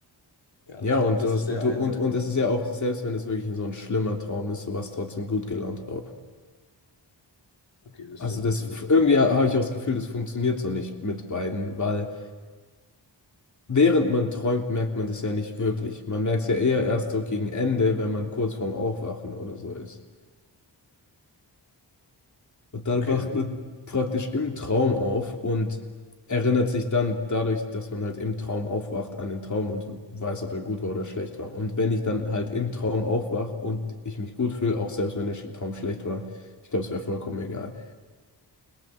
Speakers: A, on the left; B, on the left.
A: Ja, also
B: Ja,
A: ich glaube,
B: und
A: das
B: du hast,
A: ist sehr
B: und
A: einseitig.
B: du, und, und es ist ja auch, selbst wenn es wirklich so ein schlimmer Traum ist, sowas trotzdem gut gelaunt auf.
A: Okay, das
B: Also
A: stimmt
B: das
A: natürlich.
B: irgendwie habe ich auch das Gefühl, das funktioniert so nicht mit beiden, weil während man träumt, merkt man das ja nicht wirklich. Man merkt es ja eher erst so gegen Ende, wenn man kurz vorm Aufwachen oder so ist. Und dann
A: Okay.
B: wacht man praktisch im Traum auf und erinnert sich dann dadurch, dass man halt im Traum aufwacht, an den Traum und weiß, ob er gut war oder schlecht war. Und wenn ich dann halt im Traum aufwache und ich mich gut fühle, auch selbst wenn der Sch- Traum schlecht war, ich glaube, es wäre vollkommen egal.